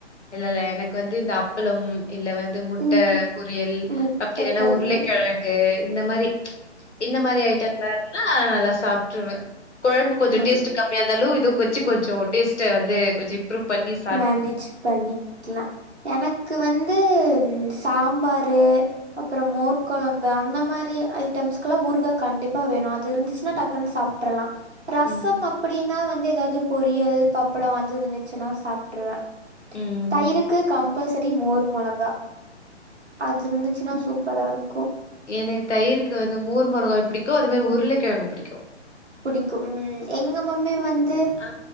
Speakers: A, on the left (about 75°); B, on the right (about 70°).
A: இல்லல்ல எனக்கு வந்து இந்த அப்பளம் இல்ல வந் து முட்ட
B: ம்
A: பொரியல்
B: முட்ட
A: அப்டில்லன்னா
B: பொரியல்
A: உருளக்கெழங்கு இந்த மாரி இந்த மாரி ஐட்டம்ல இந்துதுனா நல்லா சாப்ட்ருவ கொழம்பு கொஞ்சோ
B: ம்
A: டேஸ்ட்டு கம் மியா இந்தாலு இதுக் வச்சு கொஞ்சோ டேஸ்ட்ட வந்து கொஞ்சி த்ரூ பண்ணிஸ்
B: மேனேஜ் பண்ணிக்லா எனக் க்கு வந்து ம் சாம்பாரு அப்றோ மோர் கொழம்பு அந்த மாரி ஐட்டம்ஸ்க்லா ஊருகா கண்டிப்பா வேணு அது இருந்துச்சுன்னா டக் ன்னு சாப்ட்றலா ரசம்
A: ம்
B: அ அப்டின்னா வந்து எதாவ்து பொரியல் பப்படோ அது இருந்துச்சுன்னா சாப்ட்ருவ
A: ம்
B: தயிருக் க்கு கம்பல்சரி மோர் மொளகா அது இருந்துச்சுன்னா சூப்பரா இருக்கோ
A: எனக் தயிருக்கு வந்து மோர் மொளகாவு புடிக்கோ அது மாரி உருளக்கெழங்கு புடிக்கோ
B: புடிக்கோ ம் எங்க மம்மி வந்து
A: ஆ